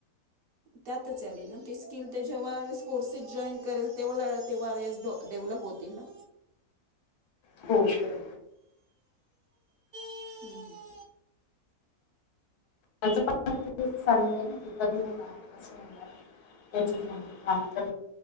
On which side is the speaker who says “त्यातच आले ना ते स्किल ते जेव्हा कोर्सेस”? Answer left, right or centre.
Right